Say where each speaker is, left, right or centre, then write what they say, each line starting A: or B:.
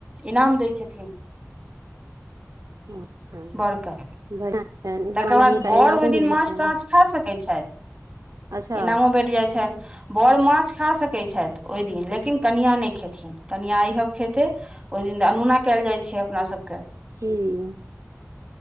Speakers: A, on the right; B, on the right.
A: इनाम दै छथिन
B: अच्छा
A: बड़के
B: बढ़िआँ छनि इएह
A: तकर
B: मने
A: बाद
B: हुनका
A: बड़
B: इनामो
A: ओय
B: मिल
A: दिन
B: जाइ
A: माछ
B: छनि
A: ताछ खा सकैत छैथ
B: अच्छा
A: इनामो भेट जाइत छैन बड़ माछ खा सकैत छैथ ओय दिन लेकिन कनिआ नय खेथिन कनिया ईहब खेते ओय दिन अनोना कयल जाइ छै अपना सभके
B: की